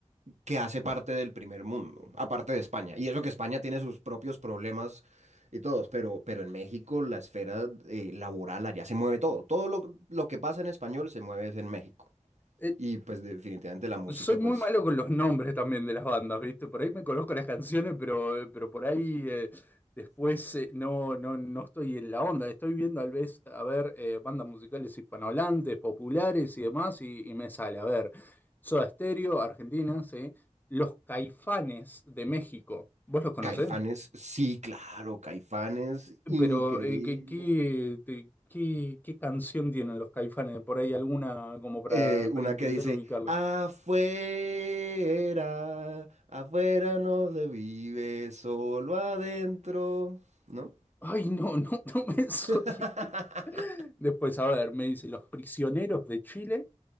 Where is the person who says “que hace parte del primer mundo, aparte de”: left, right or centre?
Right